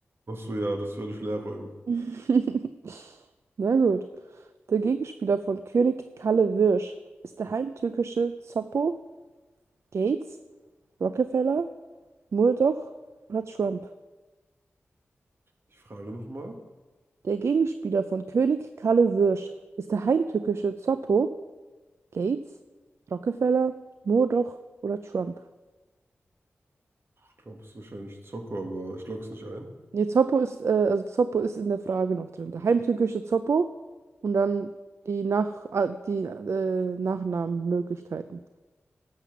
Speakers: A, on the right; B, on the right.
A: Achso, ja, das werde ich leer räumen.
B: <laughs> Na gut. Der Gegenspieler von König Kalle Wirsch ist der heimtückische Zoppo, Gates, Rockefeller, Murdoch oder Trump.
A: Ich frage nochmal.
B: Der Gegenspieler von König Kalle Wirsch ist der heimtückische Zoppo, Gates, Rockefeller, Murdoch oder Trump.
A: Ich glaube, es ist wahrscheinlich Zocco, aber ich log's nicht ein.
B: Nee, Zoppo ist, äh, also Zoppo ist in der Frage noch drin. Der heimtückische Zoppo und dann die, Nach ah, die äh, Nachnamenmöglichkeiten.